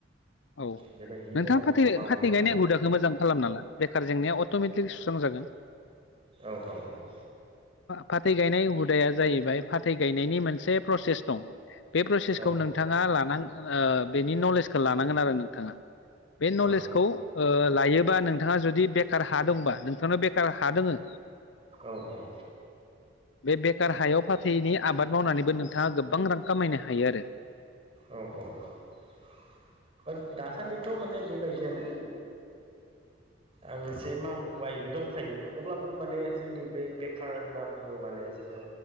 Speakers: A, on the left; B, on the right.
A: औ
B: बेबायदिनो
A: नोंथाङा
B: आङो
A: फाथै
B: मावो
A: फाथै गायनाय हुदाखौ मोजां खालाम ना बेखार जेंनाया अट'मेटिकलि सुस्रांजागोन
B: औ औ औ
A: फाथै गायनाय हुदाया जाहैबाय फाथै गायनायनि मोनसे प्रसेस दं बे प्रसेसखौ
B: औ
A: नोंथाङा लानांग बेनि नलेजखौ लानांगोन आरो नोंथाङा बे नलेजखौ
B: औ
A: ओ लायोबा नोंथाङा जुदि बेखार हा दंबा नोंथांनाव बेखार हा दोङो
B: औ औ
A: बे बेखार हायाव फाथैनि आबाद मावनानैबो नोंथाङा गोबां रां खामायनो हायो आरो।
B: औ औ दासान्दिथ' माने बेबायदियानो आं एसे मावबायबो दंखायो अब्लाबो माने जोंनि बे बेखार होनना बुङो माने जोंङो